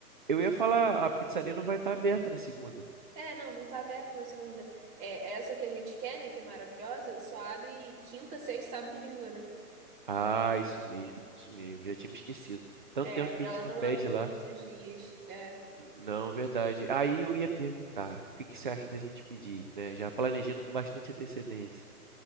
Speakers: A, on the right; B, on the right.
A: eu ia falar, a pizzaria não vai estar aberta na segunda.
B: É, não, não tá aberto na segunda. É, essa que a gente quer, né, que é maravilhosa, só abre quinta, sexta, sábado, e domingo, né?
A: Ah, isso mesmo, isso mesmo. Já tínhamos esquecido. Tanto
B: É,
A: tempo que
B: ela
A: a gente não
B: não
A: pede
B: abre todos
A: lá.
B: os dias. É.
A: Não, verdade. Aí eu ia perguntar, o que que você acha da gente pedir, né? Já planejando com bastante antecedência.